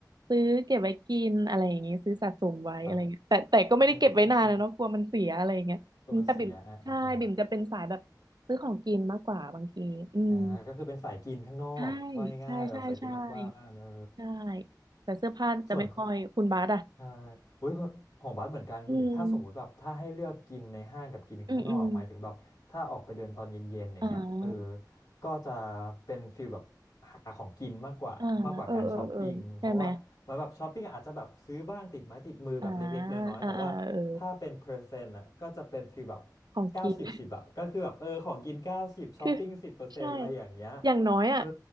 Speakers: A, on the right (about 70°); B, on the left (about 60°).
A: ซื้อเก็บไว้กินอะไรอย่างเงี้ยซื้อสะสมไว้อะไรเงี้ยแต่แต่ก็ไม่ได้เก็บไว้นานนะเนาะกลัวมันเสียอะไรอย่างเงี้ยอืมแต่บิ่มใช่บิ่มจะเป็นสายแบบซื้อของกินมากกว่าบางทีอืม
B: ครับเออเข้าใจก็มันเสียอ่าอ่าอ่า อ่าก็คือเป็นสายกินข้างนอกว่าง่ายๆแบบสายกินนอกบ้านเออ
A: ใช่ใช่ใช่ใช่ใช่แต่เสื้อผ้าจะไม่ค่อยคุณบาสอ่ะ
B: ส่วนของใช่อุ้ยของของบัสเหมือนกันคือแบบถ้าสมมุติแบบถ้าให้เลือกกินในห้างกับกินข้างนอกหมายถึงแบบถ้าออกไปเดินตอนเย็นๆอย่างเงี้ยเออ
A: อืมอืมอืมอ่า
B: ก็จะเป็นฟีลแบบ หาของกินมากกว่ามากกว่าการช้อปปิ้งเพราะว่าเหมือนแบบช้อปปิ้งอาจจะแบบซื้อบ้างติดไม้ติดมือแบบเล็กๆน้อยๆแต่ว่าถ้าเป็นเปอร์เซ็นต์อ่ะก็จะเป็นฟีลแบบ
A: อ่าเออเออเออใช่ไหมอ่าอ่าอ่าเออของกิน
B: เก้าสิบสิบอ่ะก็คือแบบเออของกินเก้าสิบช้อปปิ้งสิบเปอร์เซ็นต์อะไรอย่างเงี้ย
A: คือใช่อย่างน้อยอ่ะ
B: เออ